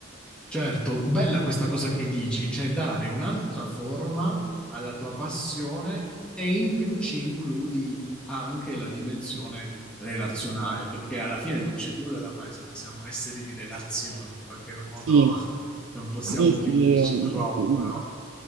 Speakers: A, in the centre; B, on the right.
A: Certo, bella questa cosa che dici, cioè dare un'altra forma alla tua passione e in più ci includi anche la dimensione relazionale, perché alla fine non c'è nulla da fare, siamo, siamo esseri di relazione, in qualche modo
B: Sì,
A: <laughs> non possiamo
B: sì, sì,
A: chiuderci
B: mhmm
A: troppo, no?